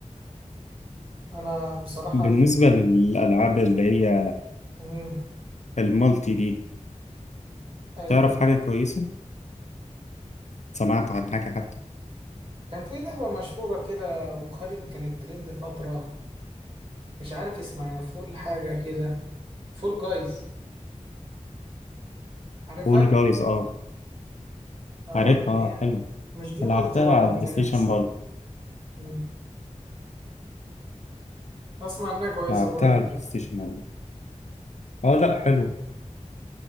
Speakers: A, on the right (about 50°); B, on the left (about 65°).
A: انا بصراحه
B: بالنسبة
A: اللي
B: للألعاب اللي هي
A: امم
B: المالتي دي
A: ايوه
B: تعرف حاجة كويسة؟ سمعت عن حاجة حتى
A: كان في لعبه مشهوره كده وخارج كانت ترند فتره مش عارف اسمها فول حاجه كده فول جايز عارفها
B: فول جايز أه
A: اه
B: عارفها
A: دي
B: أه
A: يعني
B: حلوة
A: مش دي
B: لعبتها
A: مالتي برضو
B: على
A: متهيألي
B: البلاي ستيشن
A: صح
B: برضه
A: امم اسمع انها كويسه
B: لعبتها
A: برضو
B: على
A: دي
B: البلاي ستيشن أوي أه لأ حلوة